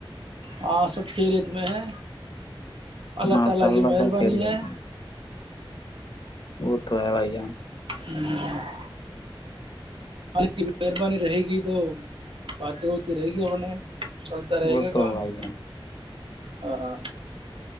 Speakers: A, on the right (about 70°); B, on the left (about 50°).
A: ہاں سب کے ریت میں ہے ہ
B: ماشاء اللہ سب خیریت وہ تو ہے بھائی جان
A: بیا <unintelligible> کی مہربانی رہے گی تو باتیں ہوتی رہے گی اپیں چلتا رہے
B: وہ
A: گا
B: تو
A: کام
B: ہے بھائی جان
A: ہاں ہاں